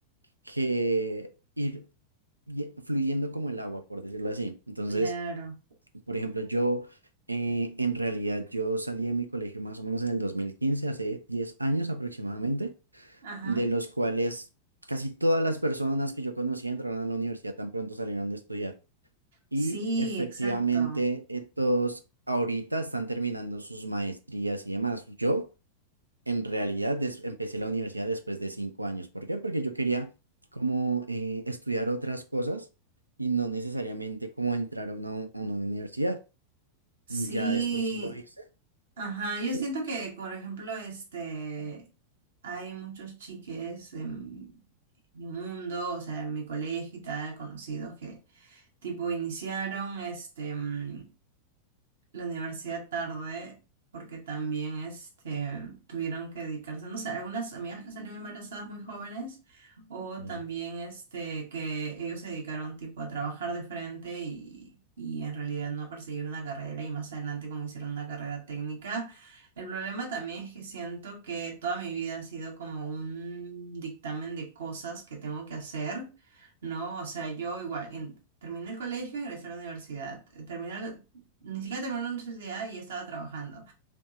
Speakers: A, on the right; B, on the right.
A: que ir ye- fluyendo como el agua, por decirlo así. Entonces...
B: claro,
A: Por ejemplo, yo eh, en realidad yo salí de mi colegio más o menos en el dos mil quince hace 10 años aproximadamente,
B: ajá.
A: de los cuales casi todas las personas que yo conocía entraron a la universidad tan pronto salieron de estudiar. Y
B: Sí,
A: efectivamente
B: exacto.
A: eh, todos ahorita están terminando sus maestrías y demás. Yo en realidad des- empecé la universidad después de 5 años. ¿Por qué? Porque yo quería como eh, estudiar otras cosas y no necesariamente como entrar a una a una universidad.
B: Sí,
A: Ya después lo hice,
B: ajá, yo
A: ¿sí?
B: siento que, por ejemplo, este, hay muchos chiques en mi mundo, o sea, en mi colegio y tal, conocidos que, tipo, iniciaron, este, mm, la universidad tarde porque también este, tuvieron que dedicarse, no sé, algunas amigas que salieron embarazadas muy jóvenes o
A: Sí.
B: también este, que ellos se dedicaron tipo a trabajar de frente y, y en realidad no a perseguir una carrera y más adelante como hicieron una carrera técnica. El problema también es que siento que toda mi vida ha sido como un dictamen de cosas que tengo que hacer. ¿no? O sea, yo igual, en- terminé el colegio, ingresé a la universidad, eh, terminé, ni siquiera terminé la universidad y estaba trabajando.